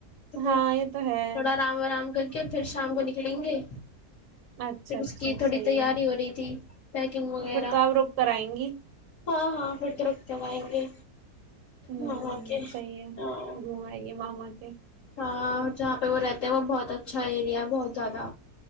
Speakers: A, on the left; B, on the right.
A: تو پھر
B: ہاں یہ تو ہے
A: تھوڑا آرام آرام کر کہ پھر شام کو نکلیں گے
B: اچھا
A: پھر
B: اچھا
A: اس کی تھوڑی
B: صحیح
A: تیاری
B: ہے
A: ہو رہی تھی پیکنگ وغیرہ
B: پھر تو آپ رک کر آئیں گی
A: ہاں ہاں پھر تو ہم رک کرائیں گے
B: ہوں
A: ہاں اوکے
B: صحیح ہے
A: ہاں
B: گھوم آئیے <unintelligible>
A: کاں جہاں پہ وہ رہتے ہیں وہ بہت اچھا ایریا ہے بہت زیادہ